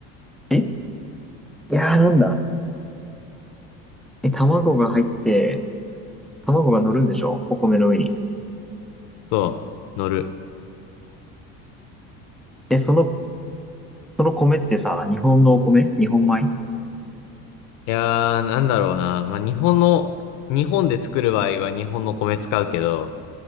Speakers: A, in the centre; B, on the left.
A: えいやーなんだ。え、卵が入って、卵が乗るんでしょお米の上に。
B: そう、乗る。
A: で、その、その米ってさ、日本のお米日本米
B: いやー、なんだろうな。まあ、日本の、日本で作る場合は日本の米使うけど、